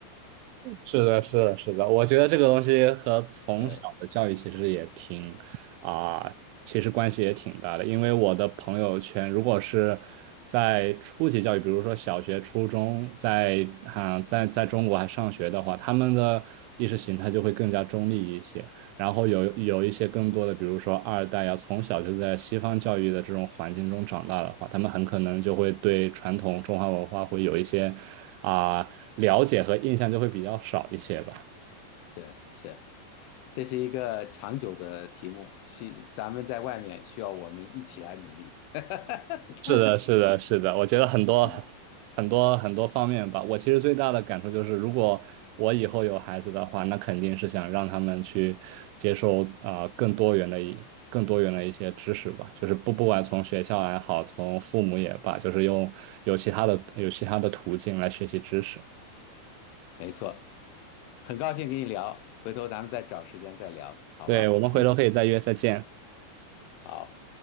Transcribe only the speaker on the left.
呃，
是是。这是一个长久的题目，需咱们在外面需要我们一起来努力。<laughs>
嗯，
没错，很高兴跟你聊，回头咱们再找时间再聊，好吧？
嗯，
好。